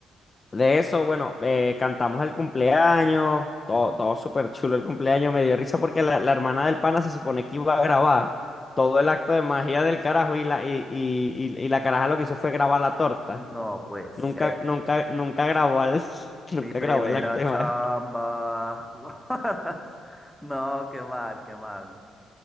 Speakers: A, on the left; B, in the centre.
A: de eso, bueno, eh, cantamos el cumpleaños, todo,
B: Ujú.
A: todo súper chulo el cumpleaños, me dio risa porque la, la hermana del pana se supone que iba a grabar todo el acto de magia del carajo y la, y, y, y, y la caraja lo que hizo fue grabar la torta.
B: No puede ser.
A: Nunca, nunca, nunca grabó al- <laughs> nunca
B: Mi primera
A: grabó el acto de
B: chamba.
A: magia.
B: <laughs> No, qué mal, qué mal.